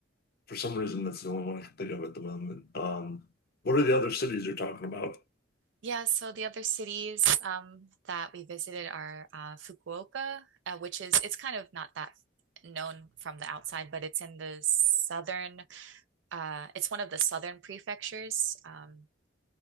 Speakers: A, on the left; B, on the right.
A: for some reason that's the only one I can think of at the moment. Um, what are the other cities you're talking about?
B: Yeah, so the other cities um, that we visited are uh, Fukuoka, uh, which is it's kind of not that known from the outside, but it's in the southern. Uh, it's one of the southern prefectures. Um,